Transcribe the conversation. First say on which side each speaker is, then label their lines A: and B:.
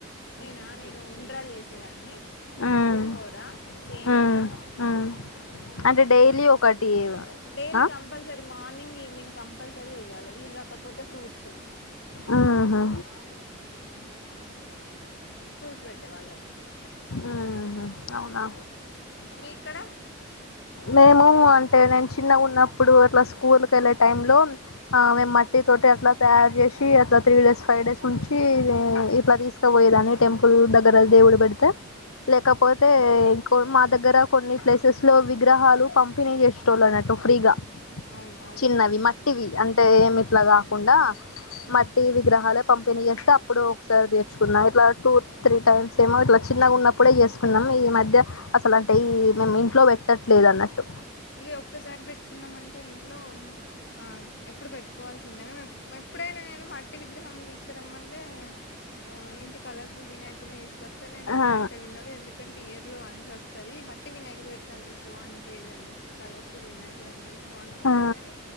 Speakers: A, on the left; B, on the left.
A: నేనా నేను ఉండ్రాలు చేసేదాన్ని
B: మ్మ్
A: పులిహోర సేమియా
B: మ్మ్ మ్మ్
A: ఆ
B: అంటే డైలీ ఒకటి
A: daily
B: ఆ
A: compulsory morning evening compulsory చేయాలి వీలు కాకపోతే ఫ్రూట్స్
B: ఆహా
A: ఫ్రూట్స్ పెట్టేవాళ్ళం
B: ఉ అవునా
A: మీ ఇక్కడ
B: మేము అంటే నేను చిన్నగా ఉన్నప్పుడు అట్లా స్కూల్ కి వెళ్ళే టైం లో ఆ
A: ఉమ్,
B: మే మట్టి తోటి అట్లా తయారు చేసి అట్లా త్రీ డేస్ ఫైవ్ డేస్ ఉంచి ఇట్లా తీసుకపోయేదాని టెంపుల్ దగ్గర దేవులు పెడితే లేకపోతే ఇంకో మా దగ్గర కొన్ని ప్లేసెస్ లో విగ్రహాలు పంపిణీ చేస్తు టొల్ అన్నట్టు ఫ్రీగా
A: అవును అవును
B: చిన్నవి మ టివి అంటే ఏమి ఇట్ల కాకుండా
A: ఉమ్,
B: మట్టి విగ్రహాలే పంపిణీ చేస్తే అప్పుడు ఒకసారి తెచ్చుకున్నా ఇట్లా టూ త్రీ టైమ్స్ ఏమో ఇట్లా చిన్నగా ఉన్నప్పుడే చేసుకున్నాం ఈ మధ్య అసలు అంటే ఈ మేము ఇంట్లో పెట్టట్లేదు అన్నట్టు
A: ఇక ఒక్కసారి పెట్టుకున్నామంటే ఇంట్లో మ్ ఆ ఎప్పుడు పెట్టుకోవాల్సిందే మేము ఎప్పుడైనా నేను మట్టి విగ్రహం తీసుకురమ్మంటే ఆ ఏంటి కలర్ఫుల్ వినాయకుడిని తీసుకొస్తే నేను వద్దంటే
B: ఆ
A: వినడు ఎందుక ంటే ఇయర్ లో వన్స్ వస్తుది మట్టి వినాయకుడు పెడితే అంత షో అనిపియది ఎందుకు కలర్ఫుల్ వినాయక ఇప్పుడు అంతేనే షో అనిపిస్తుంది
B: ఆ
A: కానీ